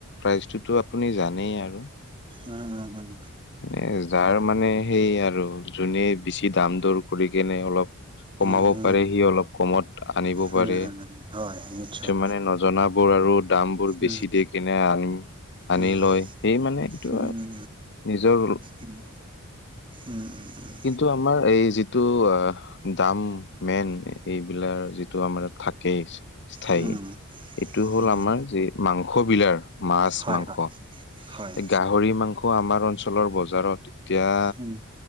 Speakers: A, on the left; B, on the right.
A: প্ৰাইচটোতো আপুনি জানেই আৰু।
B: উম, উম, উম।
A: এ, যাৰ মানে সেই আৰু যোনে বেছি দাম দৰ কৰি কেনে অলপ কমাব
B: উম, উম, উম।
A: পাৰে, সি অলপ কমত আনিব
B: উম,
A: পাৰে।
B: উম, উম, উম, হয়, নিশ্চয়।
A: মানে নজনাবোৰ আৰু দাম বোৰ বেছি
B: উম,
A: দি কিনে আন-আনি
B: উম,
A: লয় সেই মানে এইটো
B: উম,
A: নিজৰ ৰুল
B: উম, উম, উম, উম।
A: কিন্তু আমাৰ, এই যিটো আ দাম মেইন, এইবিলাক যিটো আমাৰ থাকেইচ স্থায়ী,
B: উম।
A: এইটো হ'ল
B: উম,
A: আমাৰ যে মাংস বিলাৰ মাছ-মাংস
B: হয়, হয়, হয়।
A: এই গা হৰি মাংস আমাৰ অঞ্চলৰ বজাৰত এতিয়া
B: উম,